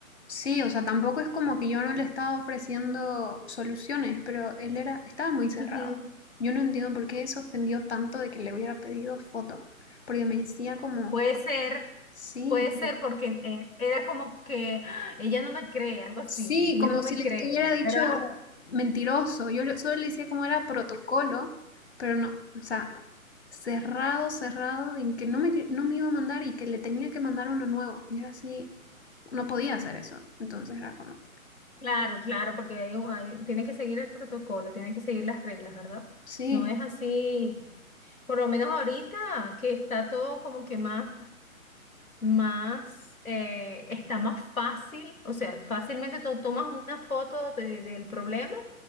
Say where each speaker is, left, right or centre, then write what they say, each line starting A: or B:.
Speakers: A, on the left; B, on the left.
A: Sí, o sea, tampoco es como que yo no le estaba ofreciendo soluciones, pero él era, estaba muy cerrado.
B: Ujú.
A: Yo no entiendo por qué se ofendió tanto de que le hubiera pedido fotos, porque me decía como,
B: Puede ser,
A: sí.
B: puede ser porque eh, era como que "Ah, ella no me cree, algo así,
A: Sí,
B: ella
A: como
B: no
A: si
B: me
A: le
B: cree,
A: estuviera dicho
B: ¿verdad?
A: mentiroso. Yo le- solo le decía como era protocolo, pero no, o sea, cerrado, cerrado, en que no me, que- no me iba a mandar y que le tenía que mandar uno nuevo. Y ahora sí, no podía hacer eso. Entonces era como,
B: Claro, claro, porque hay un- hay- tiene que seguir el protocolo, tiene que seguir las reglas, ¿verdad?
A: sí,
B: No es así, por lo menos ahorita que está todo como que más, más, eh, está más fácil, o sea, fácilmente tú tomas una foto de- del problema